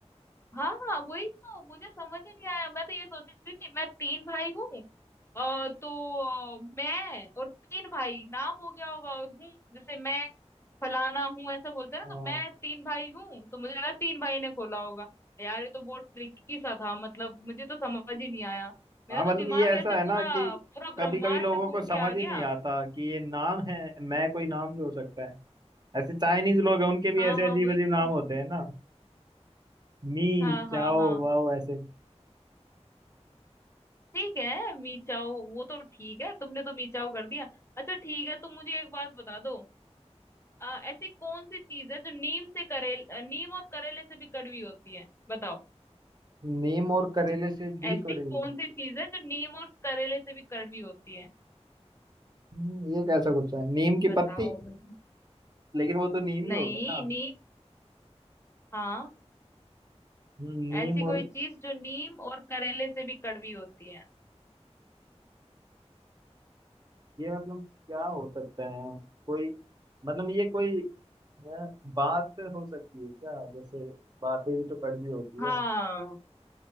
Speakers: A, on the left; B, on the right.
A: हाँ हाँ वही तो मुझे समझ ही नहीं आया मैं तो ये सोच रही थी मैं तीन भाई हूँ अ, तो अ, मैं और तीन भाई नाम हो गया होगा और हूँ जैसे मैं फलाना हूँ ऐसा बोलते हैं ना
B: हाँ
A: तो मैं तीन भाई हूँ तो मुझे लगा तीन भाई ने खोला होगा यार ये तो बहुत ट्रिकी सा था मतलब मुझे तो समझ ही नहीं आया मेरा
B: हाँ
A: तो
B: मतलब
A: दिमाग
B: ये ऐसा
A: ऐसे पूरा
B: है ना कि
A: पूरा ब्रह्मांड
B: कभी कभी लोगों
A: घूम
B: को समझ
A: के आ गया
B: ही नहीं आता कि ये नाम है मैं कोई नाम भी हो सकता है ऐसे चाइनीज लोग हैं उनके भी
A: हाँ
B: ऐसे
A: हाँ
B: अजीब
A: वही
B: अजीब नाम
A: तो
B: होते हैं ना मी
A: हाँ हाँ
B: चाओ
A: हाँ
B: वाओ ऐसे
A: ठीक है मीचाओ वो तो ठीक है तुमने तो मीचाओ कर दिया अच्छा ठीक है तुम मुझे एक बात बता दो आ, ऐसी कौन सी चीज है जो नीम से करेल अ, नीम और करेले से भी कड़वी होती है बताओ
B: नीम और करेले से भी
A: ऐसी
B: कड़वी
A: कौन सी चीज है जो नीम और करेले से भी कड़वी होती है
B: हम्म, ये कैसा गुस्सा है नीम की
A: बताओ
B: पत्ती
A: भाई।
B: लेकिन वो तो नीम ही हो
A: नहीं
B: गया ना
A: नीम हाँ
B: हम्म, नीम
A: ऐसी कोई
B: और
A: चीज जो नीम और करेले से भी कड़वी होती है
B: ये मतलब क्या हो सकता है कोई मतलब ये कोई अ, बात हो सकती है क्या जैसे बातें भी तो कड़वी होती
A: हाँ
B: है